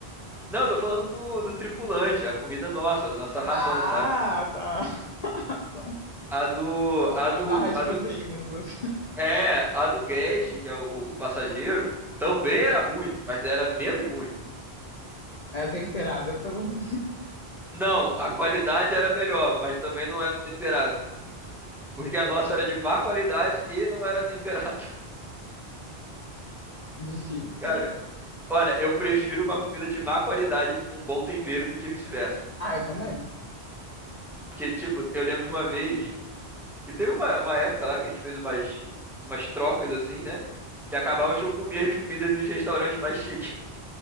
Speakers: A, in the centre; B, on the left.
A: Não, eu tô falando do, do tripulante, a comida nossa, nossa ração,
B: Ah,
A: sabe?
B: tá. <laughs> Então,
A: A do, a
B: A
A: do,
B: barra de
A: a
B: proteína
A: do
B: de você
A: É, a do Guest, que é o, o passageiro, também era ruim, mas era menos ruim.
B: é temperada, pelo menos.
A: Não, a qualidade era melhor, mas também não era temperada. Porque
B: Meu
A: a
B: Deus,
A: nossa era de má qualidade e não era temperada.
B: é difícil.
A: <laughs> Cara, olha, eu prefiro uma comida de má qualidade com um bom tempero do que vice-versa.
B: Ah, eu também.
A: Porque, tipo, eu lembro de uma vez que teve uma, uma época lá que a gente fez umas, umas trocas assim, né? Que acabava que eu comia as comidas dos restaurantes mais chiques.